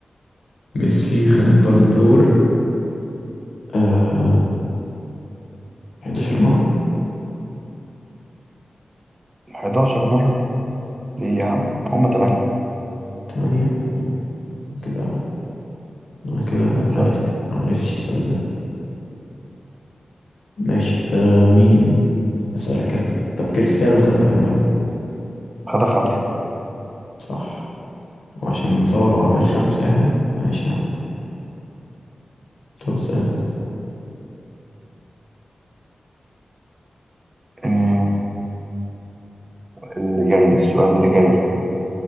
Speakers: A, on the left; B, on the right.
A: ميسي خد البالون دور آه 11 مرة
B: 11 مرة ليه يا عم هما تمانية
A: 8 كده أنا كده ما
B: اسأل
A: عرفت ما عرفتش السؤال ده ماشي آه مين أسألك أنا طب كريستيانو خدها كم مرة؟
B: خدها خمسة
A: صح وعشان متصور وعامل خمسة يعني ماشي يا عم طب اسألني
B: آه، اللي جاي السؤال اللي جاي